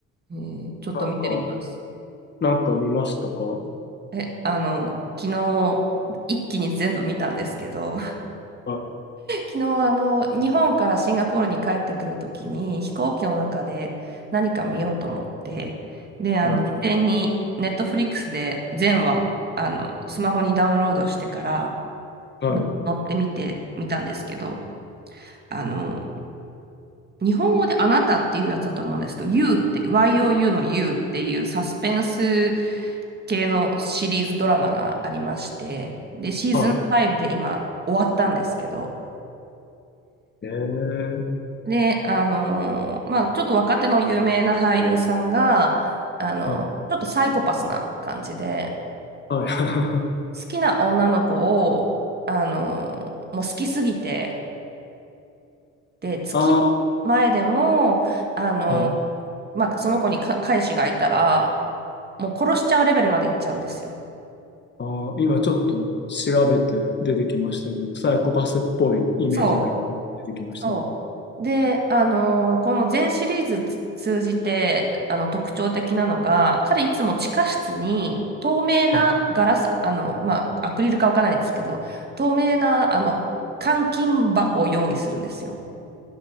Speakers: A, on the right; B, on the left.
A: う。えーちょっと見てみます。
B: なんか、なんか見ましたかは
A: え、あの、昨日、一気に全部見たんですけど、
B: い、
A: 昨日、あの、日本からシンガポールに帰ってくるときに、飛行機の中で何か見ようと思って、で、あの、
B: はい、
A: 事前にネットフリックスで全話、あの、スマホにダウンロードしてから
B: はい、
A: の乗ってみてみたんですけど、あの、日本語であなたっていうやつだと思うんですけど、You って、YOU の You っていうサスペンス系のシリーズドラマがありまして、で、シーズン5で今終わったんですけど、
B: はい。えー、
A: で、あのーまあ、ちょっと若手の有名な俳優さんが、あの、
B: はい、
A: ちょっとサイコパスな感じで、
B: はい。<laughs>
A: 好きな女の子を、あのーもう好きすぎて、で、付き合う前でも、
B: あ
A: あのー
B: あ、はい。
A: まあ、その子にか彼氏がいたら、もう殺しちゃうレベルまで行っちゃうんですよ。
B: ああ、今ちょっと調べて出てきましたけど、サイコパスっぽいイメージがいっぱい出てきましたね。
A: そう。そう。で、あのーこの全シリーズつ通じて、あの、特徴的なのが、彼いつも地下室に透明なガラス、
B: うん
A: あの、まあ、アクリルかわからないですけど、透明な、あの、監禁箱を用意するんですよ。